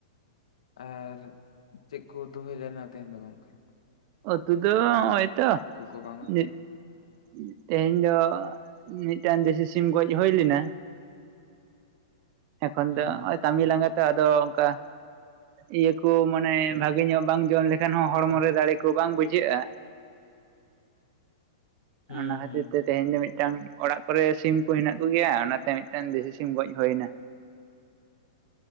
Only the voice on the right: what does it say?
ᱩᱛᱩ ᱫᱚ ᱱᱚᱜᱼᱚᱭ ᱛᱚ,
ᱡᱮ <unintelligible> ᱛᱮᱦᱮᱧ ᱫᱚ ᱢᱤᱫᱴᱟᱝ ᱫᱮᱥᱤ ᱥᱤᱢ ᱜᱚᱡ ᱦᱩᱭ ᱞᱮᱱᱟ, ᱮᱠᱷᱚᱱ
ᱫᱚ ᱱᱚᱜᱼᱚᱭ
ᱠᱟᱹᱢᱤ ᱞᱟᱸᱜᱟ ᱛᱮ ᱟᱫᱚ ᱚᱱᱠᱟ, ᱤᱭᱟᱹ ᱠᱚ ᱢᱟᱱᱮ <unintelligible> ᱵᱷᱟᱜᱮ ᱧᱚᱜ ᱵᱟᱝ ᱡᱚᱢ ᱞᱮᱠᱷᱟᱱ ᱦᱚᱸ ᱦᱚᱲᱢᱚ
ᱨᱮ ᱫᱟᱲᱮ ᱠᱚ ᱵᱟᱝ ᱵᱩᱡᱷᱟᱹᱜᱼᱟ᱾
ᱚᱱᱟᱦᱚ
ᱡᱩᱫᱤ ᱛᱮ
ᱛᱮᱦᱮᱧ ᱫᱚ ᱢᱤᱫᱴᱟᱝ ᱚᱲᱟᱜ ᱠᱚᱨᱮ ᱥᱤᱢ ᱠᱚ ᱦᱮᱱᱟᱜ ᱠᱚᱜᱮᱭᱟ ᱚᱱᱟᱛᱮ ᱢᱤᱫᱴᱟᱝ ᱫᱮᱥᱤ ᱥᱤᱢ ᱜᱚᱡ ᱦᱩᱭ ᱮᱱᱟ᱾